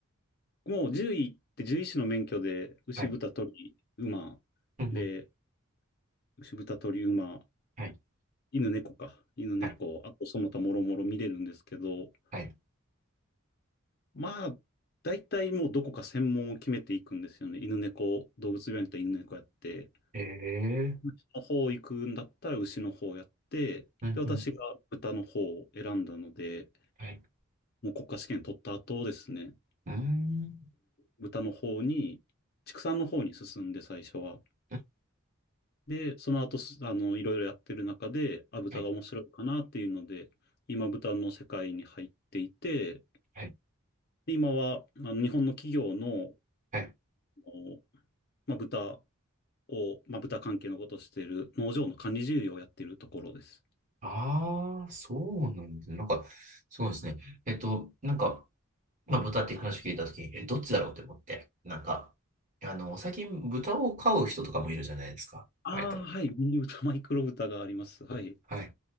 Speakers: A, on the left; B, on the right.
A: もう獣医って獣医師の免許で、牛、
B: はい。
A: 豚、鳥、馬、
B: うんうん。
A: で、牛、豚、鳥、馬、
B: はい。
A: 犬、猫か。犬、猫、
B: はい。
A: あとその他もろもろ見れるんですけど、
B: はい。
A: まあ、大体もうどこか専門を決めていくんですよね。犬猫、動物病院だったら犬猫やって、
B: ええ。
A: 牛の方行くんだったら牛の方やって、
B: うんうん。
A: で、私が豚の方を選んだので、
B: はい。
A: もう国家試験取った後ですね、
B: うーん。
A: 豚の方に、畜産の方に進んで最初は。
B: うん
A: で、その後す、あの、いろいろやってる中で、あ、豚が面白いかなっていうので、
B: はい。
A: 今豚の世界に入っていて、
B: はい。
A: で今は、あの、日本の企業の、
B: はい。
A: おまあ、豚を、まあ、豚関係のことをしている農場の管理事業をやっているところです。
B: ああ、そうなんですね。なんか、そうですね。えっと、なんか、まあ、豚っていう話を聞いたときに、え、どっちだろうって思って、なんか、あの、最近豚を飼う人とかもいるじゃないですか。
A: ああ、
B: 割と。
A: はい。ミニ豚、マイクロ豚があります。はい。
B: はい。